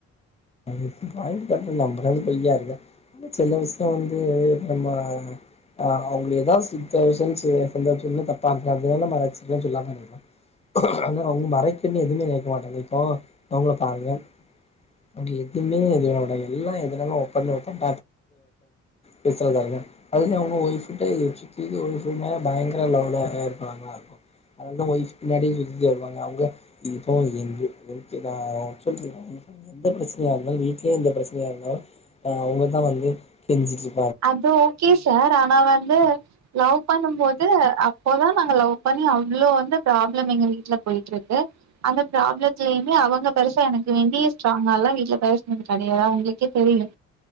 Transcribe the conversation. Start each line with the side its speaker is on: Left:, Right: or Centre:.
Left: இ பாயிண்ட் க நம்மந்து பொய்யா இருக்க ஆனா சில விஷயம் வந்து இப்ப நம்ம ஆஹ் அப்டி ஏதாவது சத்த விஷயம்னுந்த தப்பா இருக்க அதனால மறைச்சிருக்கேன்னு சொல்லாம இருக்கோ ஆனா அவங்க மறைக்கன்னு எதுவுமே நெனைக்க மாட்டேங்கைக்கோ இப்போ அவங்கள பாருங்க அவங்க எதுவுமே ஒளிக்க மாட்டாங்க எல்லா எதுனாலும ஒப்பன் ஒப்பன் வத்துறதாருங்க அது அவங்க ஒய்ஃப்ட்ட இது சுற்றி ஒய்ஃப் மேல பயங்கரமா லவ்ல இருக்கிறவங்களாருக்கு அதாவது அவங்க ஒய்ஃப் பின்னாடியே சுத்திட்டு வருவாங்க அவங்க இப்போ எங்க எ சொல்ல எந்த பிரச்சனையா இருந்தாலு வீட்லேயே எந்த பிரச்சனையா இருந்தாலு அஹ் அவங்க தான வந்து கெஞ்சிட்டு இருக்
Right: அது ஓகே சார் ஆனா வந்து லவ் பண்ணும் போது அப்போதா நாங்க லவ் பண்ணி அவ்வளோ வந்து ப்ராப்ளம் எங்க வீட்டுல போயிட்ருக்கு அந்த ப்ராப்ளத்தலயுமே அவங்க பெருசா எனக்கு வேண்டிய ஸ்ட்ராங்கால்லா வீட்டுல பேசுனது கெடையாது உங்களுக்கே தெரியு